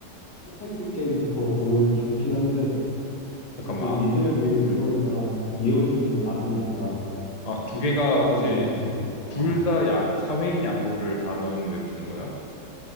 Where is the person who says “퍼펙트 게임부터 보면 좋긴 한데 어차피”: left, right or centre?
Left